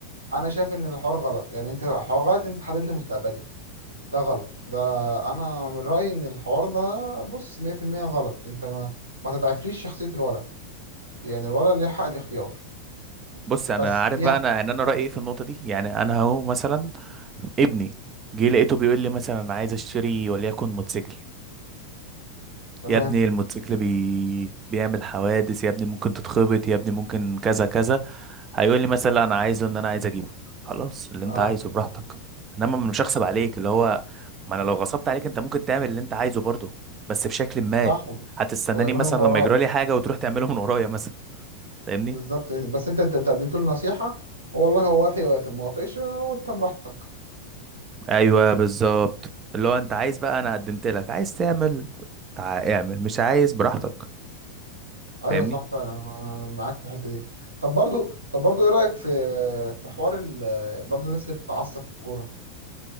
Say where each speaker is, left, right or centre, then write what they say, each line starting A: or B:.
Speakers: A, on the right; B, on the right.
A: انا شايف ان الحوار غلط يعني انت الحوار غلط انت تحدد لي مستقبلي ده غلط ده انا من رايي ان الحوار ده بص 100% غلط انت ما ما تضعفليش شخصيه الولد يعني الولد ليه حق الاختيار
B: بص انا
A: بس
B: عارف
A: فيها
B: بقى انا ان انا رايي ايه في النقطة دي يعني انا اهو مثلا ابني جه لقيته بيقول لي مثلا انا عايز اشتري وليكن موتوسيكل
A: تمام
B: يا ابني الموتوسيكل بي... بيعمل حوادث يا ابني ممكن تتخبط يا ابني ممكن كذا كذا هيقول لي مثلا لا انا عايزه ان انا عايز اجيبه خلاص اللي
A: اه
B: انت عايزه براحتك انما مش هغصب عليك اللي هو ما انا لو غصبت عليك انت ممكن تعمل اللي انت عايزه برضه بس بشكل ما
A: صح
B: هتستناني
A: ويعملوا
B: مثلا
A: من وراك
B: لما يجرى لي حاجه وتروح تعمله من ورايا مثلا فاهمني
A: بالظبط بس انت انت انت قدمت له نصيحة والله هو وافق وافق ما وافقش وانت براحتك
B: ايوه بالظبط اللي هو انت عايز بقى انا قدمت لك عايز تعمل تع... اعمل مش عايز براحتك
A: ايوه
B: فاهمني
A: صح فعلا انا معاك في الحته دي طب برضو طب برضو ايه رايك في في حوار ال... برضو الناس اللي بتتعصب في الكوره